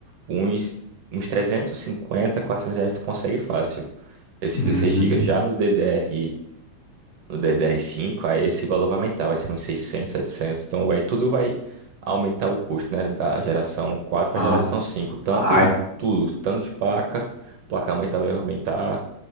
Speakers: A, on the right; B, on the left.
A: uns, uns 350, 400 reais tu consegue fácil. Esse
B: hum,
A: 16 gigas Já no DDR no DDR5, aí esse valor vai aumentar, vai ser uns 600, 700, então vai, tudo vai aumentar o custo, né, da geração 4 para
B: ah,
A: a geração cinco tanto
B: ah, é-
A: tudo, tanto de placa, placa-mãe também vai aumentar,